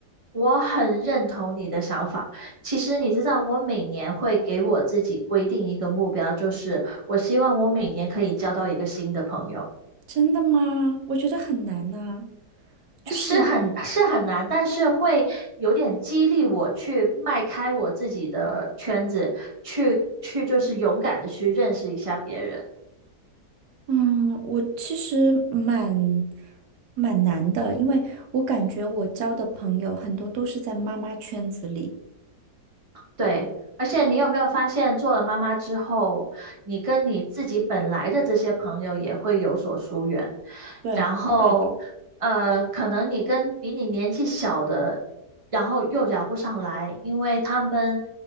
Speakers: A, on the right; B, on the right.
A: 我很认同你的想法。其实你知道，我每年会给我自己规定一个目标，就是我希望我每年可以交到一个新的朋友，
B: 真的吗？我觉得很难呐、就是
A: 是很是很难，但是会有点激励我去迈开我自己的圈子，去去就是勇敢的去认识一下别人。
B: 嗯，我其实蛮蛮难的，因为我感觉我交的朋友很多都是在妈妈圈子里。
A: 对，而且你有没有发现，做了妈妈之后，你跟你自己本来的这些朋友也会有所疏远，
B: 对，
A: 然后，
B: 会的。
A: 呃，可能你跟比你年纪小的，然后又聊不上来，因为他们